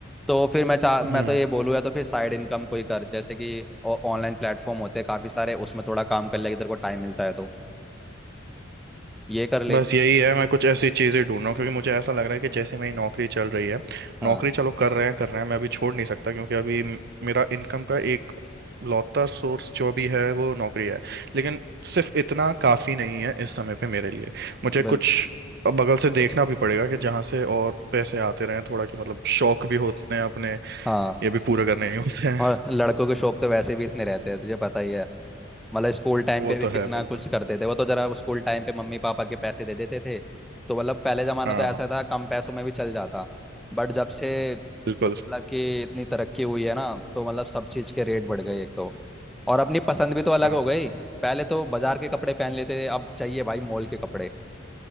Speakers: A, in the centre; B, on the right (about 55°).
A: तो फिर मैं चाह मैं
B: हम्म।
A: तो ये बोलूँ या तो फिर साइड इनकम कोई कर जैसे कि ऑनलाइन प्लेटफॉर्म होते हैं काफ़ी सारे उसमें थोड़ा काम कर ले अगर तेरे को टाइम मिलता है तो ये कर ले
B: बस यही है मैं कुछ ऐसी चीज़ें ढूंढ रहा हूँ क्योंकि मुझे ऐसा लग रहा है कि जैसे मेरी नौकरी चल रही है
A: हाँ
B: नौकरी चलो कर रहे हैं कर रहे हैं मैं अभी छोड़ नहीं सकता क्योंकि अभी म- मेरा इनकम का एक लौता सोर्स जो भी है वो नौकरी है लेकिन सिर्फ इतना काफ़ी नहीं है इस समय पे मेरे लिए मुझे
A: बिल
B: कुछ बगल से देखना भी पड़ेगा कि जहाँ से और पैसे आते रहें थोड़ा कि मतलब शौक भी होते हैं अपने
A: हाँ
B: ये भी पूरे करने ही होते हैं
A: और लड़कों के शौक तो वैसे भी इतने रहते हैं तुझे पता ही है मतलब स्कूल टाइम
B: वो
A: पे भी
B: तो
A: कितना
B: है बिल्कुल
A: कुछ करते थे वो तो जरा स्कूल टाइम पे मम्मी पापा के पैसे दे देते थे तो मतलब पहले जमाना
B: हाँ
A: तो ऐसा था कम पैसों में भी चल जाता बट जब से
B: बिल्कुल
A: मतलब कि इतनी तरक्की हुई है ना तो मतलब सब चीज़ के रेट बढ़ गए एक तो और अपनी पसंद भी तो अलग
B: हाँ
A: हो गई पहले तो बाजार के कपड़े पहन लेते थे अब चाहिए भाई मॉल के कपड़े